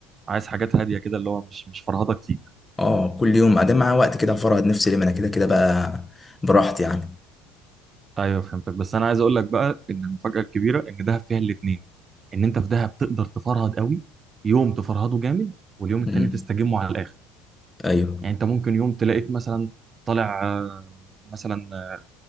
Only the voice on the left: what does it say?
اه كل يوم ادام معايا وقت كده هفرهد نفسي ليه ما انا كده كده بقى براحتي يعني
امم
ايوه